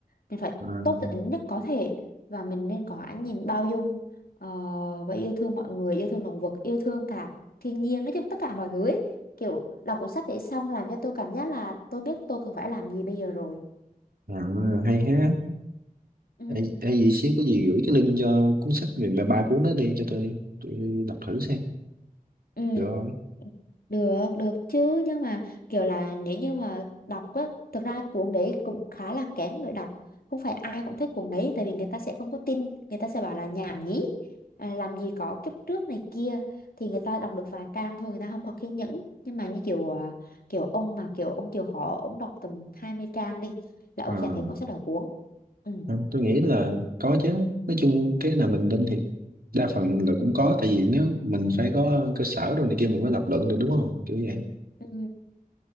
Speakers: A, on the left (about 80°); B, on the right (about 80°).
A: mình phải
B: à,
A: tốt tính nhất có thể và mình nên có ánh nhìn bao dung ờ, và yêu thương mọi người yêu thương động vật yêu thương cả thiên nhiên nói chung tất cả mọi thứ ấy. kiểu đọc cuốn sách đấy xong làm cho tôi cảm giác là tôi biết tôi cần phải làm gì bây giờ rồi
B: à, hay ha
A: ừ
B: hay, hay gì xíu có gì gửi cái link cho cuốn sách về ba ba cuốn đó đi cho tôi đi tôi đọc thử xem
A: Ừ.
B: được không
A: Được, được chứ nhưng mà kiểu là nếu như mà đọc á, thực ra cuốn đấy cũng khá là kén người đọc không phải ai cũng thích cuốn đấy tại vì người ta sẽ không có tin người ta sẽ bảo là nhảm nhí à, làm gì có kiếp trước này kia thì người ta đọc được vài trang thôi người ta không có kiên nhẫn nhưng mà như kiểu à, kiểu ông mà kiểu ông chịu khó ông đọc tầm 20 trang đi là ông
B: à,
A: sẽ thấy cuốn sách đó cuốn ừ.
B: Không, tôi nghĩ là có chứ nói chung cái nào mình tin thì đa phần là cũng có tại vì nếu mình phải có cơ sở đồ này kia mình mới lập luận được đúng không kiểu vậy
A: Ừ.